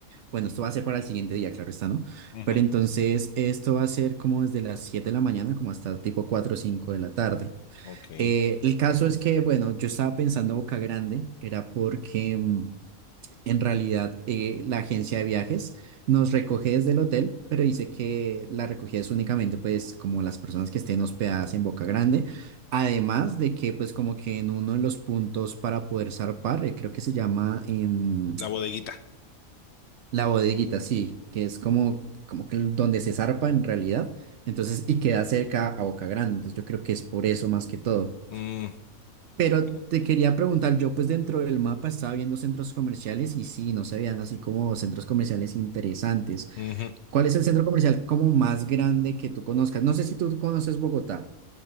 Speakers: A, on the right; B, on the left.
A: bueno, esto va a ser para el siguiente día, claro está, ¿no?
B: Ujú.
A: Pero entonces esto va a ser como desde las 7 de la mañana como hasta tipo 4 o 5 de la tarde.
B: Ok.
A: Eh, el caso es que, bueno, yo estaba pensando Boca Grande, era porque... mm, en realidad, eh, la agencia de viajes nos recoge desde el hotel, pero dice que la recogida es únicamente, pues, como las personas que estén hospedadas en Boca Grande. Además de que, pues, como que en uno de los puntos para poder zarpar, eh, creo que se llama em,
B: La bodeguita.
A: la bodeguita, sí, que es como, como que el- donde se zarpa en realidad. Entonces, y queda cerca a Boca Grande. Entonces, yo creo que es por eso más que todo.
B: Mm,
A: Pero
B: ok.
A: te quería preguntar, yo pues dentro del mapa estaba viendo centros comerciales y sí, no se veían así como centros comerciales interesantes.
B: Ujú.
A: ¿Cuál es el centro comercial como más grande que tú conozcas? No sé si tú conoces Bogotá.